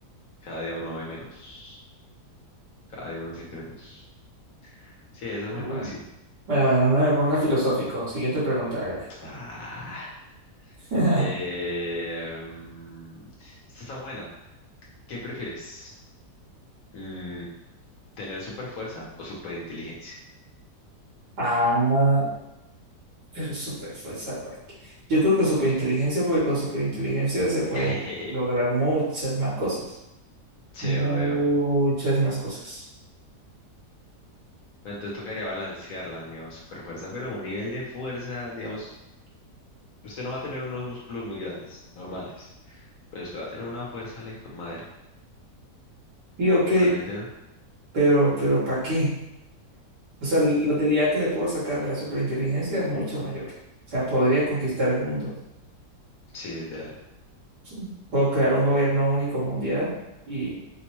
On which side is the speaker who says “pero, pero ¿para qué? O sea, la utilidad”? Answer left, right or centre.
Right